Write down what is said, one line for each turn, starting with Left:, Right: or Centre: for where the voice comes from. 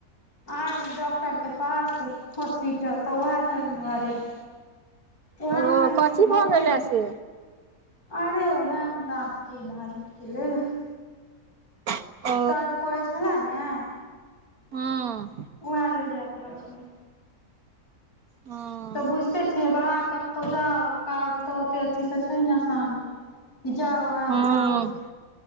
Left: आइ डॉक्टरके पास हॉस्पिटल तऽ ओएह सब दुआरे उएहमे
Right: ओ
Left: कनि
Right: कथी
Left: बहुते
Right: भ गेलह से
Left: अरे ओहे बात की नाज क ले ने
Right: ओ
Left: दर्द करै छला ने
Right: हूं
Left: उएह लेल जाय पड़ै छलै
Right: हँ
Left: तऽ बुझिते छियै बाहर कतहु जाउ काज तऽ ओते अथी से छैई ने असान की जाउ आउ
Right: हँ
Left: होई जैत